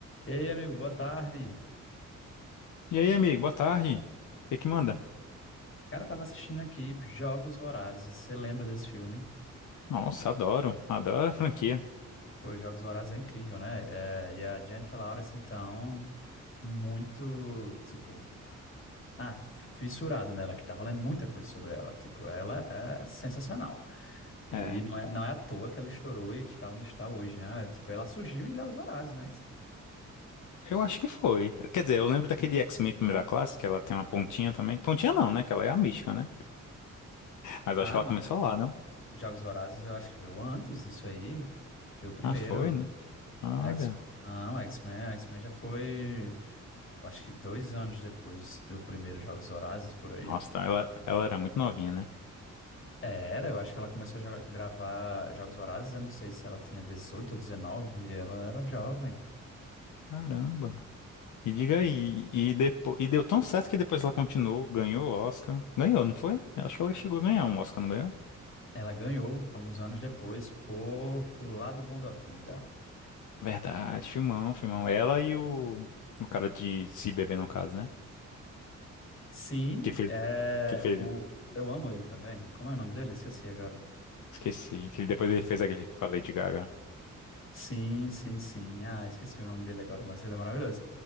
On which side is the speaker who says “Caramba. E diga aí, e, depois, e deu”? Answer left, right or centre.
Left